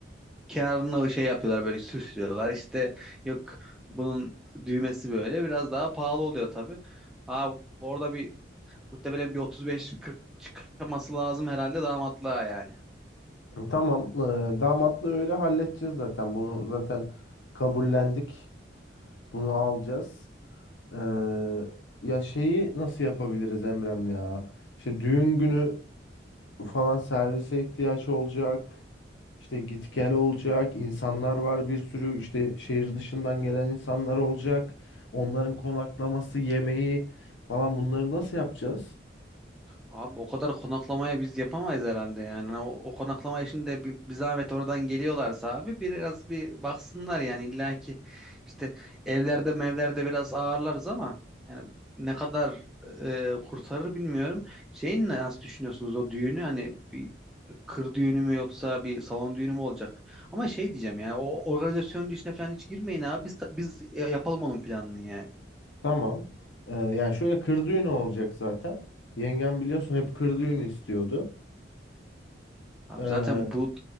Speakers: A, in the centre; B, on the left.
A: kârını şey yapıyorlar böyle süslüyorlar işte yok bunun düğmesi böyle biraz daha pahalı oluyor tabii. Abi orada bir muhtemelen bir 35-40 çıkması lazım herhalde damatlığa yani.
B: Tamam. Ee, damatlığı öyle halledeceğiz zaten. Bunu zaten kabullendik. Bunu alacağız. Ee, ya şeyi nasıl yapabiliriz Emrem ya? İşte düğün günü falan servise ihtiyaç olacak. İşte git gel olacak. İnsanlar var bir sürü. İşte şehir dışından gelen insanlar olacak. Onların konaklaması, yemeği falan bunları nasıl yapacağız?
A: Abi o kadar konaklamaya biz yapamayız herhalde yani. Hani O, o konaklama işinde bir, bir zahmet oradan geliyorlarsa abi biraz bir baksınlar yani illa ki işte evlerde mevlerde biraz ağırlarız ama yani ne kadar e, kurtarır bilmiyorum. Şeyin nasıl düşünüyorsunuz o düğünü hani bir kır düğünü mü yoksa bir salon düğünü mü olacak? Ama şey diyeceğim yani o organizasyon işine falan hiç girmeyin abi biz, biz e, yapalım onun planını yani.
B: Tamam. Ee, yani şöyle kır düğünü olacak zaten. Yengem biliyorsun hep kır düğünü istiyordu.
A: Abi
B: Ee,
A: zaten bu